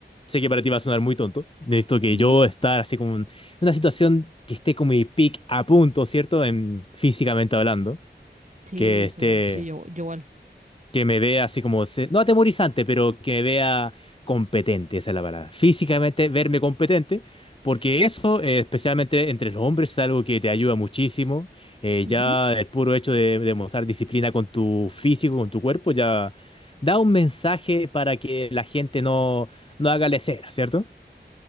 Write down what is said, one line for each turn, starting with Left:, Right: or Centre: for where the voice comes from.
Left: sé que para ti va a sonar muy tonto, necesito que
Right: Ujú.
Left: yo estar así como en una situación que esté con mi pick a punto, ¿cierto? En, físicamente hablando
Right: Sí,
Left: que esté
Right: Joel, sí, yo, Joel.
Left: que me vea así como, se- no atemorizante, pero que me vea competente, esa es la palabra. Físicamente verme competente, porque eso, eh, especialmente entre los hombres, es algo que te ayuda muchísimo. Eh,
Right: Ujú.
Left: ya el puro hecho de, de mostrar disciplina con tu físico, con tu cuerpo, ya da un mensaje para que la gente no, no haga lesera, ¿cierto?